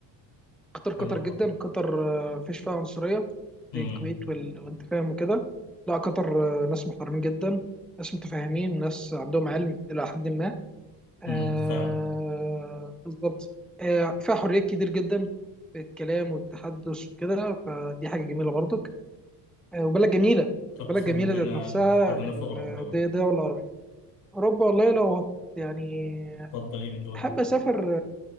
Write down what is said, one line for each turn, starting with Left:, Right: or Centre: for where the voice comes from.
Centre: قطر
Left: حلوة
Centre: قطر جدا
Left: قطر
Centre: قطر آه، مفيش فيها عنصرية
Left: امم
Centre: زي الكويت وال... وانت فاهم وكده لا قطر آه، ناس محترمين جدا ناس متفاهمين ناس عندهم علم إلى حد ما آه...
Left: امم فاهم
Centre: بالظبط آه... فيها حريات كتير جدا في الكلام والتحدث وكده فدي حاجة جميلة برضك آه... وبلد جميلة
Left: طب
Centre: البلد
Left: خلينا
Centre: جميلة ذات نفسها
Left: خلينا
Centre: ال-
Left: في أوروبا بقى
Centre: دي دولة عربية أوروبا والله لو هت- يعني
Left: اتفضل ايه من دول
Centre: أحب
Left: أوروبا
Centre: أسافر